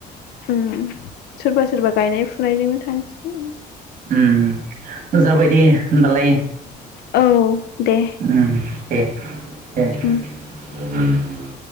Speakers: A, on the left; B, on the right.
A: उम सोरबा सोरबा गायनाय फुनायजोंनो थां ओम
B: ओम जाबाय दे ओनबालाय,
A: औ दे
B: उम दे दे
A: उम
B: उ <unintelligible>